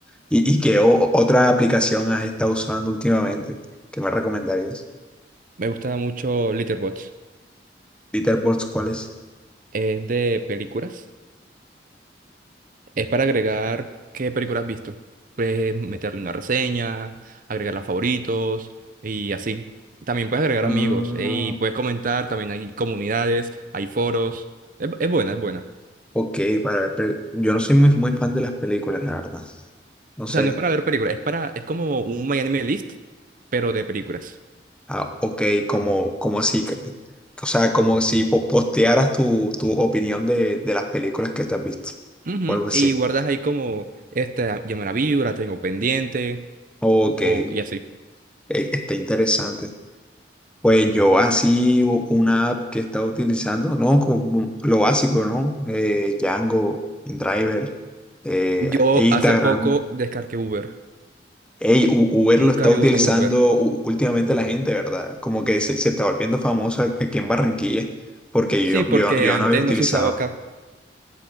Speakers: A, in the centre; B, on the right (about 50°).
A: ¿Y, y qué o- otra aplicación has estado usando últimamente que me recomendarías?
B: Me gusta mucho Letterboxd.
A: Litterboxd, ¿cuál es?
B: Es de películas. Es para agregar qué películas has visto. Puedes meterle una reseña, agregar las favoritos y así. También puedes agregar
A: Mm.
B: amigos eh, y puedes comentar. También hay comunidades, hay foros. Es, es buena, es buena.
A: Ok, para ver, pero yo no soy muy, muy fan de las películas, la verdad. No
B: O
A: sé.
B: sea, no es para ver películas, es para, es como un My Anime List, pero de películas.
A: Ah, ok, como, como si, que- o sea, como si po- postearas tu, tu opinión de, de las películas que te has visto.
B: Ujú,
A: O algo así.
B: Y guardas ahí como, esta, ya me la vi, la tengo pendiente,
A: Ok,
B: o
A: eh,
B: y así.
A: está interesante. Pues yo así u- una app que he estado utilizando, ¿no? Como lo básico, ¿no? Eh, Django, InDriver, eh,
B: Yo
A: Instagram.
B: hace poco descargué Uber.
A: Ey, U- Uber
B: Nunca
A: lo está
B: había
A: utilizando
B: usado Uber.
A: u- últimamente la gente, ¿verdad? Como que se, se está volviendo famosa aquí en Barranquilla, porque
B: Sí,
A: yo,
B: porque
A: yo, yo
B: antes
A: no había utilizado.
B: no se usaba acá.